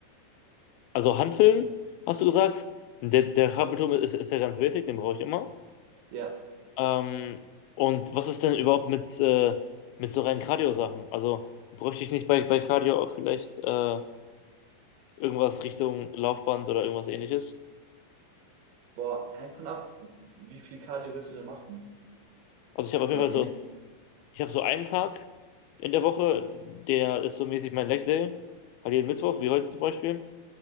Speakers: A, on the left (about 80°); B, on the right (about 75°).
A: Also Hanteln, hast du gesagt? Der, der Kabelturm ist, ist ja ganz basic, den brauche ich immer.
B: Ja,
A: Ähm, und was ist denn überhaupt mit, äh, mit so reinen Cardio-Sachen? Also bräuchte ich nicht bei, bei Cardio auch vielleicht äh, irgendwas Richtung Laufband oder irgendwas ähnliches?
B: boah, hängt von ab, wie viel Cardio willst du denn machen?
A: Also ich habe auf jeden
B: Oder
A: Fall
B: wie
A: so,
B: wichtig?
A: ich habe so einen Tag, in der Woche, der ist so mäßig mein Leg Day, halt jeden Mittwoch, wie heute zum Beispiel.